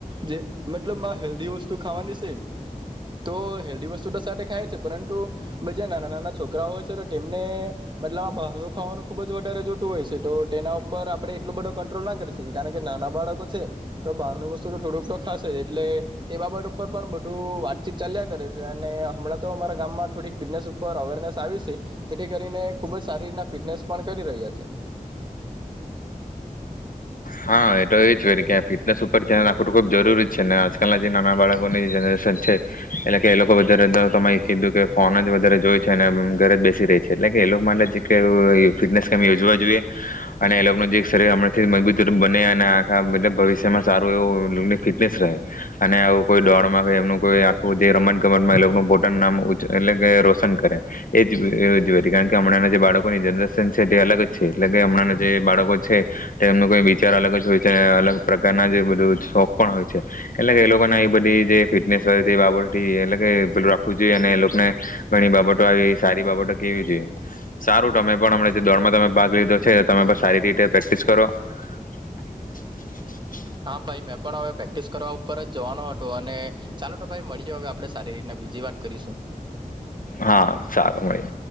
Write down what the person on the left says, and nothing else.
હા એ તો એ જ હોય કે ફિટનેસ પર ધ્યાન આપો ખૂબ જરૂરી છેને આજકાલના જે નાના બાળક <unintelligible> છે એટલે કે એ લોકો વધ કીધું કે ફોન જ વધારે જોય છે અને ઘરે જ બેસી રહી છે એટલે કે એ લોકો માટે ફિટનેસ કે યોજવા જોઈએ અને એ લોકોનું જે શરીર હમણાથી મજબૂત. બને અને આખા એ ભવિષ્યમાં સારું એવુંની ફિટનેસ રહે અને આવું કોઈ દોડમાં એમનું કોઈ આખું જે રમત ગમતમાં એ પોતાનું નામ એટલે કે રોશન કરે એ જ કારણ કે હમણાં જે બાળકોની જનરેશન છે તે અલગ જ છે એટલે કે હમણાં જે બાળકો છે એમનુંઈ. વિચાર અલગ જ હોય છે અને અલગ પ્રકારના જે બધું શોખ પણ હોય છે એટલે કે એ લોકોને એ બધી જે ફિટનેસ બાબથી એટલે કે પેલું રાખવું જોઈએ અને એ લોકોને ઘણી બાબતો આવી સારી બાબતો કેવી જોઈએ સારું તમે પણ હમ જે દોડમાં તમે ભાગ લીધો છે તમે પણ સારી રીતે પ્રેક્ટિસ કરો. <inaudible>
હા સારું મળી.